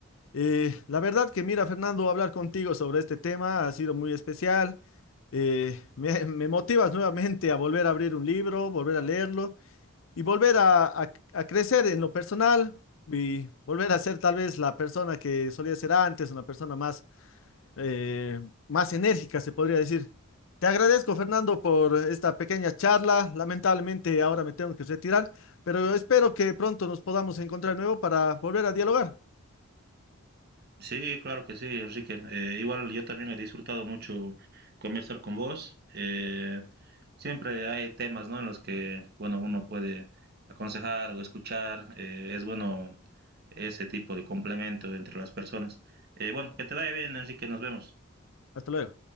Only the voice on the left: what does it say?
Eh, la verdad que mira, Fernando, hablar contigo sobre este tema ha sido muy especial. Eh, me, me motivas nuevamente a volver a abrir un libro, volver a leerlo y volver a, a- a crecer en lo personal y volver a ser tal vez la persona que solía ser antes, una persona más, eh, más enérgica, se podría decir. Te agradezco, Fernando, por esta pequeña charla. Lamentablemente ahora me tengo que retirar, pero espero que pronto nos podamos encontrar de nuevo para volver a dialogar.
Hasta luego.